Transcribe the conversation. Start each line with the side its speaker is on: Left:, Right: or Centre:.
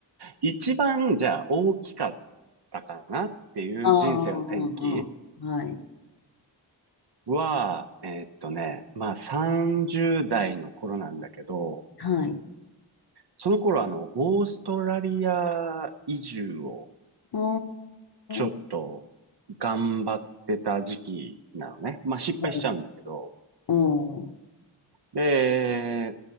Right: 一番、じゃあ、大きかったかなっていう人生の転機
Left: ああ、うんうんうん。はい。
Right: は、えーっとね、まあ、30代の頃なんだけど、
Left: はい。
Right: その頃、あの、オーストラリア移住を
Left: お
Right: ちょっと
Left: ー。
Right: 頑張ってた時期なのね。まあ、失敗しちゃうんだけど。
Left: はい。おー。
Right: で、